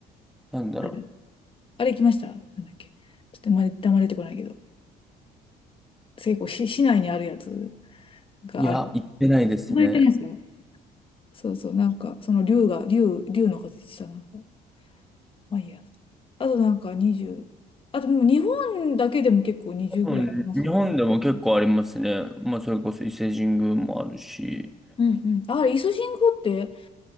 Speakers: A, in the centre; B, on the left.
A: なんだろ
B: うんあれ行きましたなんだっけ。ちょっとまだ、あんま出てこないけど。結構し市内にあるやつがある。
A: う。いや、行ってないですね。
B: 覗いてるんですよ。そうそう、なんか、その竜が、竜、竜の形した、なんか、まあいいや。あとなんか20、あとでも日本だけでも結構20ぐらいありますよね。
A: うん、日本でも結構ありますね。まあ、それこそ伊勢神宮もあるし、
B: うんうん。ああれ、伊勢神宮って